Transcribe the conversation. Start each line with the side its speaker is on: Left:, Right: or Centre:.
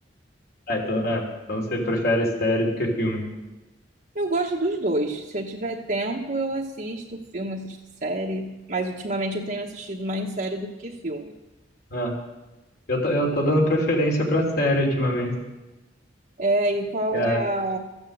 Left: Ah, então, é, então você prefere série do que filme.
Right: Eu gosto dos dois. Se eu tiver tempo, eu assisto filme, assisto série. Mas ultimamente eu tenho assistido mais série do que filme.
Left: Ah, Eu tô, eu tô dando preferência pra série ultimamente.
Right: É, e qual
Left: É,
Right: é